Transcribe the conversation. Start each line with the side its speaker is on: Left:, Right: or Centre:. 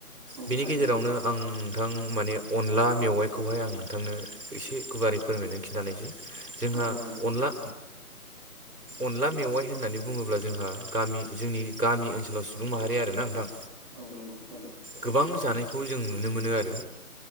Centre: औ
Right: बिनि
Centre: थारैनो
Right: गेजेरावनो
Centre: नोंथां
Right: आं नोंथां माने अनला मेवाइखौहाय आङो थांनो एसे गुवारै फोरमायनानै खिन्थानायसै जोंहा
Centre: औ जागोन दे नोंथां
Right: अनला अनला मेवाइ होननानै बुङोब्ला जोंहा गामि जोंनि गामि ओनसोलाव सुबुं माहारि आरोना ओंथां
Centre: औ नोंगौ थारैनो।
Right: गोबां जानायखौ जों नुनो मोनो आरो